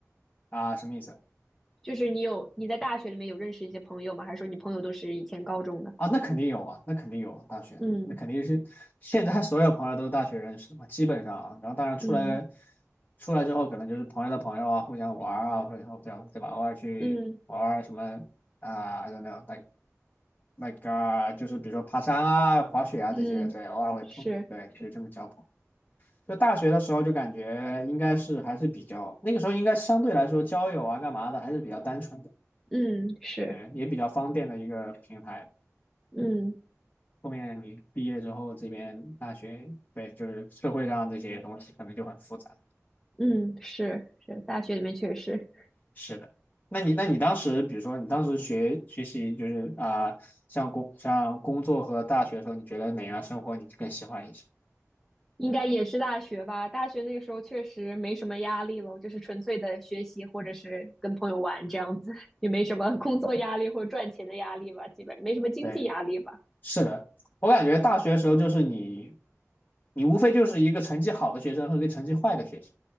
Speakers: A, on the left (about 35°); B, in the centre.
A: 啊，什么意思
B: 就是你有你在大学里面有认识一些朋友吗？还是说你朋友都是以前高中的？
A: 啊？那肯定有啊，那肯定有啊大学，
B: 嗯
A: 那肯定是现在所有朋友都是大学认识的嘛，基本上啊。然后当然出来
B: 嗯
A: 出来之后，可能就是朋友的朋友啊，互相玩儿啊，或者然后这样对吧？偶尔去玩儿什么
B: 嗯
A: 啊，I don't know，like like 啊就是比如说爬山啊、滑雪啊这些，
B: 嗯，
A: 对，偶尔会碰，
B: 是，
A: 对，就是这么交朋友。就大学的时候就感觉应该是还是比较那个时候应该相对来说交友啊干嘛的还是比较单纯的，
B: 嗯是。
A: 对，也比较方便的一个平台。
B: 嗯
A: 后面你毕业之后，这边大学，对，就是社会上这些东西可能就很复杂。
B: 嗯，是是，大学里面确实
A: 是的，那你那你当时，比如说你当时学学习，就是啊、像工像工作和大学的时候，你觉得哪样生活你更喜欢一些？
B: 应该也是大学吧。大学那个时候确实没什么压力了，就是纯粹的学习或者是跟朋友玩这样子，也没什么工作压力或者赚钱的压力吧，基本没什么经济压力吧。
A: 对，是的，我感觉大学的时候就是你，你无非就是一个成绩好的学生和一个成绩坏的学生。